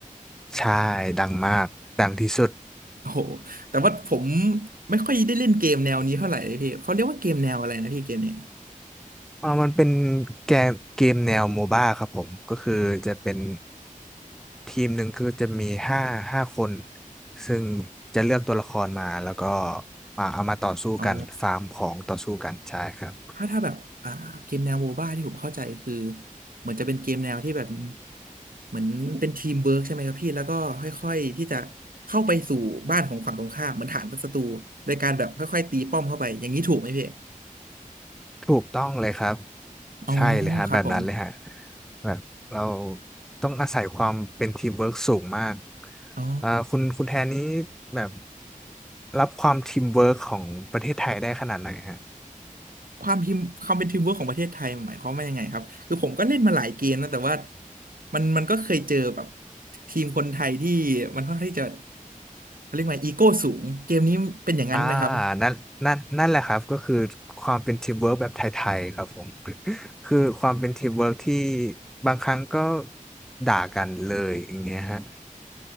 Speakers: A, in the centre; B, on the right.
A: ใช่ดังมาก ดังที่สุด
B: โอ้โหแต่ว่าผมไม่ค่อยได้เล่นเกมแนวนี้เท่าไหร่เลยพี่เขาเรียกว่าเกมแนวอะไรนะพี่เกมเนี้ย
A: อ่ามันเป็นเกมเกมแนวโมบ้าครับผม ก็คือจะเป็น ทีมหนึ่งคือจะมีห้าห้าคน ซึ่งจะเลือกตัวละครมา แล้วก็มาเอามาต่อสู้กัน
B: อ๋อ
A: ฟาร์มของต่อสู้กันใช่ครับ
B: ถ้าถ้าแบบอ่าเกมแนวโมบ้าที่ผมเข้าใจคือเหมือนจะเป็นเกมแนวที่แบบเหมือนเป็นทีมเวิร์กใช่ไหมครับพี่แล้วก็ค่อยๆที่จะเข้าไปสู่บ้านของฝั่งตรงข้ามเหมือนฐานศัตรูโดยการแบบค่อยๆตีป้อมเข้าไปอย่างนี้ถูกไหมพี่
A: ถูกต้องเลยครับ
B: อ๋อ
A: ใช่เลยฮะแบบนั้นเลยฮะ
B: ครับผม
A: แบบเราต้องอาศัยความเป็นทีมเวิร์กสูงมาก
B: อ๋อ
A: อ่าคุณคุณแทนนี้แบบรับความทีมเวิร์กของประเทศไทยได้ขนาดไหนฮะ
B: ความทีมความเป็นทีมเวิร์กของประเทศไทยหมายความว่ายังไงครับคือผมก็เล่นมาหลายเกมนะแต่ว่ามันมันก็เคยเจอแบบทีมคนไทยที่มันค่อนข้างที่จะเขาเรียกว่าอีโก้สูงเกมนี้เป็นอย่างนั้นไหมครับ
A: อ่านั่นนั่นนั่นแหละครับก็คือความเป็นทีมเวิร์กแบบไทยๆครับผม <laughs> คือความเป็นทีมเวิร์กที่บางครั้งก็ด่ากันเลยอย่างเงี้ยฮะ